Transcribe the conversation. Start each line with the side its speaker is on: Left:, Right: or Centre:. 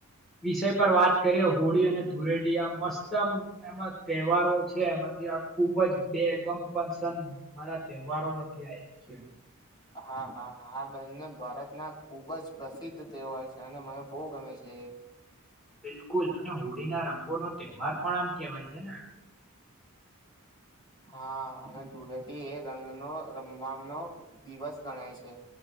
Centre: વિષય પર વાત કરીએ હોળી અને ધુળેટી આ મસ્તમ એમાં તહેવારો છે એમાં ખુબ જ બેગમ પણ સન મારા તહેવારોમાંથી છે.
Left: હા
Centre: હોળી.
Left: હા હા. બંને ભારતના ખુબ જ પ્રસિદ્ધ તહેવાર છે અને મને બહુ ગમે છે એ.
Centre: બિલકુલ અને હોળી ના રંગોનો તહેવાર પણ આમ કેહેવાય છે ને.
Left: હા અને ધુલેટી એ રંગનો રમવાનો દિવસ ગણાય છે.